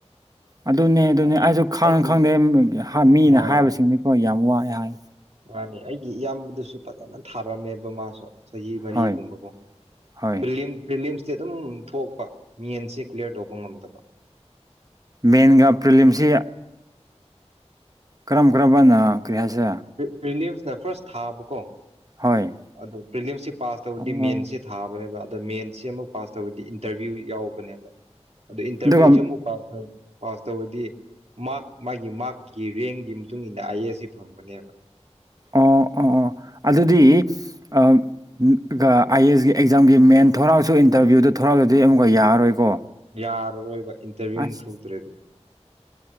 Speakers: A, on the right; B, on the right.
A: ꯑꯗꯨꯅꯦ ꯑꯗꯨꯅꯦ
B: ꯑꯥ
A: ꯑꯩꯁꯨ ꯈꯪꯉ
B: ꯑꯩꯒꯤ
A: ꯈꯪꯗꯦ ꯃꯤꯅ
B: ꯍꯣꯏ
A: ꯍꯥꯏꯕꯁꯤꯡꯗꯤꯀꯣ ꯌꯥꯝ ꯋꯥꯏ ꯍꯥꯏ
B: ꯃꯥꯅꯤ ꯑꯩꯒꯤ ꯏꯌꯥꯝꯕꯗꯨꯁꯨ ꯐꯖꯅ ꯊꯥꯔꯝꯃꯦꯕ ꯃꯥꯁꯨ ꯆꯍꯤ ꯃꯔꯤꯒꯨꯝꯕꯀꯣ
A: ꯍꯣꯏ ꯍꯣꯏ
B: ꯄ꯭ꯔꯤꯌꯝ ꯄ꯭ꯔꯤꯌꯝ ꯑꯗꯨꯝ ꯊꯣꯛꯄ ꯃꯤꯟꯁꯦ ꯀ꯭ꯂꯤꯌꯥꯂꯤꯌꯥꯔ ꯇꯧꯕ ꯉꯝꯗꯕ
A: ꯃꯦꯟꯒ ꯐ꯭ꯤꯂꯝꯁꯤ ꯀꯔꯝ ꯀꯔꯝꯕꯅ ꯀ꯭ꯔꯤꯌꯥꯁꯦ
B: ꯄ꯭ꯔꯤꯂꯤꯌꯝꯁꯅ ꯐꯥꯔꯁ ꯊꯥꯕꯀꯣ
A: ꯍꯣꯏ
B: ꯑꯗꯣ ꯄ꯭ꯔꯤꯂꯤꯌꯝꯁꯤ ꯄꯥꯁ ꯇꯧꯕꯗꯤ
A: ꯑꯣ
B: ꯃꯦꯟꯁꯤ ꯊꯥꯕꯅꯦꯕ ꯑꯗ ꯃꯦꯟꯁꯤ ꯑꯃꯨꯛ ꯄꯥꯁ ꯇꯧꯔꯤꯗꯤ ꯏꯟꯇꯔꯚ꯭ꯌꯨ ꯌꯥꯎꯕꯅꯦꯕ ꯑꯗꯣ ꯏꯟꯇꯔꯚꯤꯌꯨꯁꯤ
A: ꯑꯗꯨꯒ
B: ꯑꯃꯨꯛ ꯄꯥꯁ ꯇꯧ ꯄꯥꯁ ꯇꯧꯕꯗꯤ ꯃꯥꯔꯛ ꯃꯥꯒꯤ ꯃꯥꯔꯛꯀꯤ ꯔꯦꯡꯒꯤ ꯃꯇꯨꯡ ꯏꯟꯅ ꯑꯌꯦ ꯑꯁꯤ ꯐꯪꯕꯅꯦꯕ
A: ꯑꯣ ꯑꯣ ꯑꯣ
B: ꯎꯝ
A: ꯑꯗꯨꯗꯤ ꯑꯥꯏ ꯑꯦꯁꯒꯤ ꯑꯦꯛꯖꯥꯝꯒꯤ ꯃꯦꯟ ꯊꯣꯔꯥꯎꯁꯨ ꯏꯟꯇꯔꯚ꯭ꯌꯨꯗ ꯊꯧꯔꯥꯎꯗꯗꯤ ꯑꯃꯨꯛꯀ ꯌꯥꯔꯔꯣꯏꯀꯣ
B: ꯌꯥꯔꯔꯣꯏꯕ ꯏꯟꯇꯔꯚꯤꯌꯨ
A: ꯑꯁ
B: ꯑꯃ ꯊꯣꯛꯇ꯭ꯔꯦ ꯑꯗꯨ